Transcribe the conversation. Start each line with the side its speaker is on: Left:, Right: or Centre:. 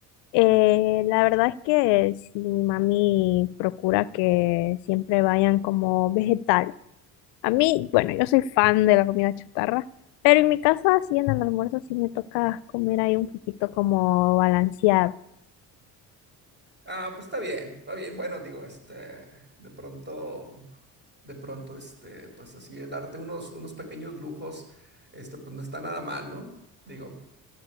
Left: Eh, la verdad es que sí, mi mami procura que siempre vayan como vegetales. A mí, bueno, yo soy fan de la comida chatarra, pero en mi casa sí en el almuerzo sí me toca comer ahí un poquito como balanceado.
Right: Ah, pues está bien, va bien. Bueno, digo, este, de pronto, de pronto, este, pues así, eh, darte unos, unos pequeños lujos, este, pues no está nada mal, ¿no? Digo,